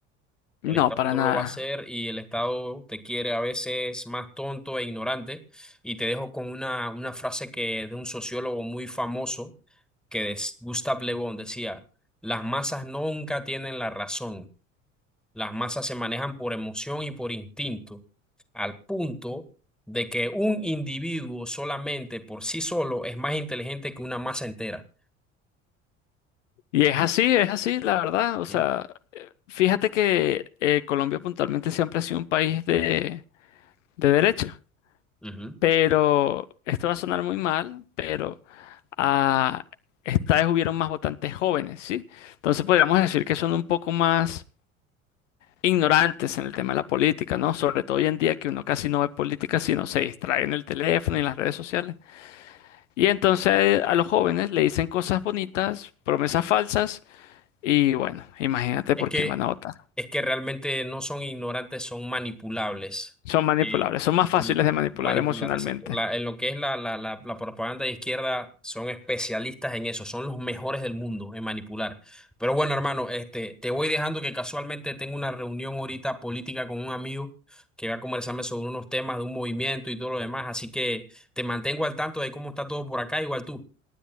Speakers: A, on the left; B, in the centre.
A: no,
B: El Estado
A: para
B: no
A: nada.
B: lo va a hacer y el Estado te quiere a veces más tonto e ignorante. Y te dejo con una, una frase que de un sociólogo muy famoso, que es Gustave Le Bon, decía, las masas nunca tienen la razón. Las masas se manejan por emoción y por instinto, al punto de que un individuo solamente por sí solo es más inteligente que una masa entera.
A: Y es así, es así, la verdad. O sea,
B: Sí.
A: fíjate que eh, Colombia puntualmente siempre ha sido un país de, de derecha.
B: Ujú.
A: Pero esto va a sonar muy mal, pero ah, esta vez hubieron más votantes jóvenes, ¿sí? Entonces podríamos decir que son un poco más ignorantes en el tema de la política, ¿no? Sobre todo hoy en día que uno casi no ve política, sino se distrae en el teléfono y en las redes sociales. Y entonces a los jóvenes le dicen cosas bonitas, promesas falsas, y bueno, imagínate
B: Es
A: por
B: que,
A: quién van a votar.
B: es que realmente no son ignorantes, son manipulables.
A: Son manipulables,
B: Eh,
A: son más fáciles
B: l-
A: de manipular
B: manipular,
A: emocionalmente.
B: exacto. La- en lo que es la, la, la, la propaganda de izquierda, son especialistas en eso, son los mejores del mundo en manipular. Pero bueno, hermano, este, te voy dejando que casualmente tengo una reunión ahorita política con un amigo que va a conversarme sobre unos temas de un movimiento y todo lo demás. Así que te mantengo al tanto de cómo está todo por acá, igual tú.